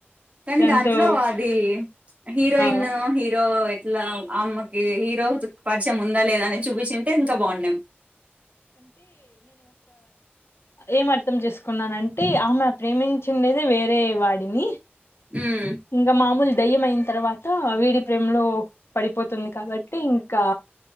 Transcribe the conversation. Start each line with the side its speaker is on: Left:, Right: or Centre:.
Right: కానీ
Left: దాంతో
Right: దాంట్లో అది హీరోయిన్
Left: ఆ
Right: హీరో ఎట్లా అమ్ ఈ హీరో పరిచయం ఉందా, లేదా అని చూపించింటే ఇంకా బాగుండేం
Left: ఏమర్థం చేసుకున్నానంటే ఆమె ప్రేమించిండేది వేరే. రే వాడిని
Right: ఉమ్
Left: ఇంగ మామూలు దయ్యం అయిన తర్వాత వీడి ప్రేమలో పడిపోతుంది కాబట్టి ఇంకా